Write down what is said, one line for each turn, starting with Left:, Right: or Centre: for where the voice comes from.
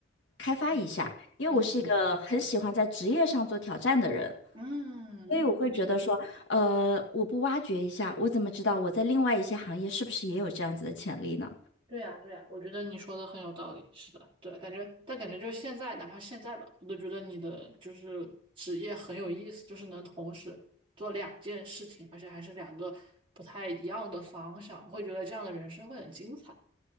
Left: 开发一下，
Right: 嗯
Left: 因为我是一个很喜欢在职业上做挑战的人，
Right: 嗯嗯，
Left: 所以我会觉得说，
Right: 确实
Left: 呃，我不挖掘一下，我怎么知道我在另外一些行业是不是也有这样子的潜力呢？
Right: 对呀，对呀，我觉得你说的很有道理。是的，对，感觉，但感觉就是现在，哪怕现在吧，我都觉得你的就是职业很有意思，就是能同时做两件事情，而且还是两个不太一样的方向，会觉得这样的人生会很精彩。